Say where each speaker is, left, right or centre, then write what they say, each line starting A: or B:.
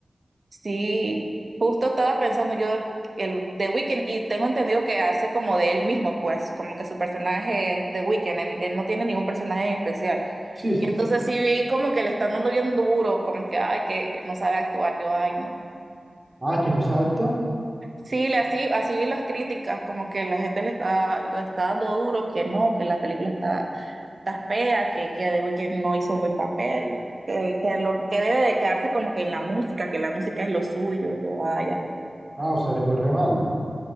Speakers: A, on the right; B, on the right.
A: sí, justo estaba pensando yo el The Weeknd y tengo entendido que hace como de él mismo, pues, como que su personaje es The Weeknd, él, él no tiene ningún personaje en especial.
B: Sí, sí.
A: Y entonces
B: sí.
A: sí vi como que le están dando bien duro, como que, ay, que no sabe actuar, yo, ay, no.
B: Ah, que no se adapta.
A: Sí, le- así, así vi las críticas, como que la gente le está, le está dando duro, que no, que la película está, está fea, que, que The Weeknd no hizo un buen papel, que, que, lo, que debe de quedarse como que en la música, que la música es lo suyo, yo, ay, ay, ay.
B: Ah, o sea, le fue re mal.